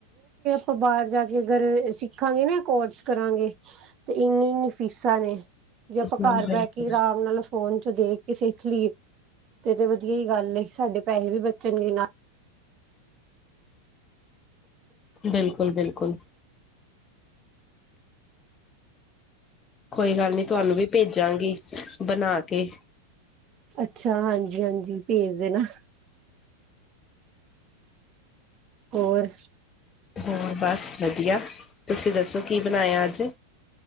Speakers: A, on the right (about 30°); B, on the left (about 20°).
A: ਉਹ ਬਾਅਦ ਜਾ ਕੇ ਅਗਰ ਸਿੱਖਾਂਗੇ ਨਾ ਕੋਰਸ ਕਰਾਂਗੇ ਤੇ ਇਨੀ ਇਨੀ ਫੀਸਾਂ ਨੇ
B: ਹਾਂ
A: ਜੇ ਆਪਾਂ ਘਰ
B: ਬਿਲਕੁਲ
A: ਬਹਿ ਕੇ ਆਰਾਮ ਨਾਲ ਫੋਨ ਦੇਖ ਕੇੇ ਸਿੱਖ ਲੀ ਤੇ ਵਧੀਆ ਹੀ ਗੱਲ ਸਾਡੇ ਪੈਸੇ ਵੀ ਬਚਨਗੇ ਨਾਲ
B: ਬਿਲਕੁਲ ਬਿਲਕੁਲ ਕੋਈ ਗੱਲ ਨੀ ਤੁਹਾਨੂੰ ਵੀ ਭੇਜਾਂਗੀ ਬਨਾਂ ਕੇ
A: ਅੱਛਾ ਹਾਂਜੀ ਹਾਂਜੀ ਭੇਜ ਦੇ ਨਾ ਹੋਰ
B: ਹਾਂ ਬਸ ਵਧੀਆ ਤੁਸੀਂ ਦੱਸੋ ਕੀ ਬਨਾਇਆ ਅੱਜ